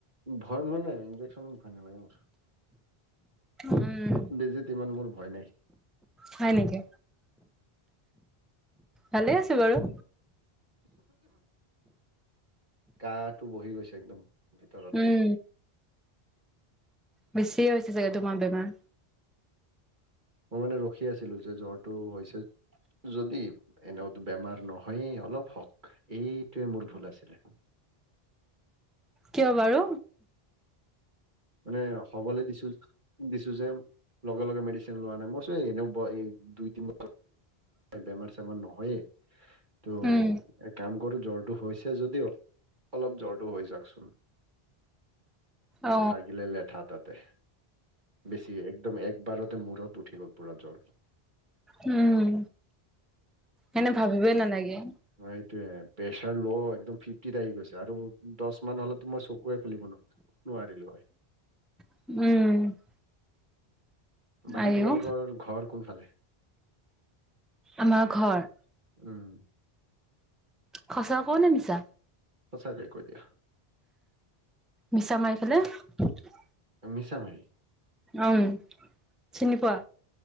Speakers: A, on the right (about 50°); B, in the centre.
A: ভয় মানে ইঞ্জেকচন ভয় নালাগে মোৰ
B: উম
A: বেজিত ইমান মোৰ ভয় নাই
B: হয় নেকি ভালে আছে বাৰু
A: কাঁহটো বহি গৈছে একদম ভিতৰত
B: উম বেছিয়ে হৈছে চাগে তোমাৰ বেমাৰ
A: মই মানে ৰখি আছিলো যে জ্বৰটো হৈছে যদি এনেওতো বেমাৰ নহয়েই অলপ হওক এইটোৱে মোৰ ভুল আছিলে
B: কিয় বাৰু
A: মানে হবলৈ দিছো দিছো যে লগে লগে মেডিচিন লোৱা নাই মই চ এনেও দুই তিন ব বেমাৰ চেমাৰ নহয়ে ত
B: উম
A: এক কাম কৰো জ্বৰটো হৈছে যদিও অলপ জ্বৰটো হৈ চাওকচোন
B: অ
A: লাগিলে লেঠা তাতে বেছিয়ে একদম একবাৰতে মূৰত উঠি গ'ল পুৰা জ্বৰ
B: উম এনে ভাবিবই নালাগে
A: সেইটোৱে প্ৰেচাৰ ল' একদম ফিফটিত আহি গৈছে, আৰু দহ মান হলেতো মই চকুয়ে খুলিব নো নোৱাৰিলোঁ হয়
B: উম
A: বাকী
B: আইও
A: তোমালোকৰ ঘৰ কোনফালে
B: আমাৰ ঘৰ
A: উম
B: সঁচা কওনে মিছা
A: সঁচাকে কৈ দিয়া
B: মিছা মাৰি পেলাই
A: মিছা মাৰি
B: ওম', চিনি পোৱা